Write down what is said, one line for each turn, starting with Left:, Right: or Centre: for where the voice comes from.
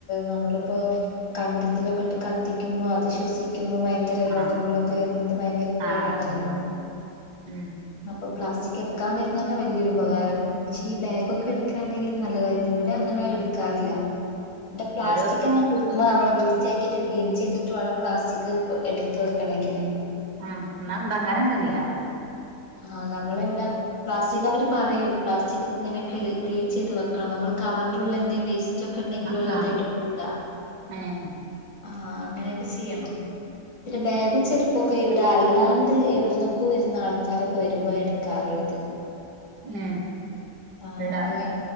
Left: നമ്മളിപ്പോ കണ്ടത്തിലൊക്കെ ഇട്ട് കത്തിക്കുമ്പോൾ അത് ശ്വസിക് ക്കുമ്പോ ഭയങ്കര രോഗങ്ങളൊക്കെ
Right: ആഹ്
Left: വരുന്നത് ഭയങ്കര കേടാണല്ലോ
Right: ആഹ് ഉം
Left: ഇപ്പോ പ്ലാസ്റ്റിക് എടുക്കാൻ വരുന്ന തന്നെ വലിയൊരുപകാരമാണ് പക്ഷെ ഈ ബാഗൊക്കെ എടുക്കയാണെങ്കിൽ നല്ലതായി ഇവിടെ അങ്ങനെ
Right: ഉം
Left: എടുക്കാറില്ല പ്ലാസ്റ്റിക്
Right: ഓരോ സി
Left: തന്നെ കൊടുക്കുമ്പോ നമ്മൾ റ്റാക്കിറ്റ് ക്ലീൻ ചെയ്തിട്ട് വേണം പ്ലാസ്റ്റിക് എടുത്ത വെക്കണെങ്കില്
Right: ആ എന്നാ ഇവിടെ അങ്ങനെന്നുല്ല
Left: ആഹ് നമ്മള എല്ല പ്ലാസ്റ്റിക് അവര് പറയൂ പ്ലാസ്റ്റിക് ഇങ്ങനെ ക്ലീൻ ചെയ്ത് വെക്കണം നമ്മൾ കവറിന്റെ ഉള്ളിൽ എന്തെ വേസ്റ്റ് റ്റൊക്കെ ഉണ്ടെങ്കിലും
Right: ആഹ്
Left: ഓല് അത്
Right: ആഹ്
Left: എടുക്കൂല
Right: ഏഹ്
Left: ആ അങ്ങനെയൊക്കെ ചെയ്യണം പിന്നെ ബാഗും ചെപ്പൊക്കെ ഇവിടെ അല്ലാ എവിടെന്നോക്കും വരുന്ന ആൾ ക്കാരൊക്കെ വരുമ്പോ എടുക്കാറുള്ളത്
Right: ഏഹ്
Left: ആ
Right: ഇല്ല
Left: അല്ലാ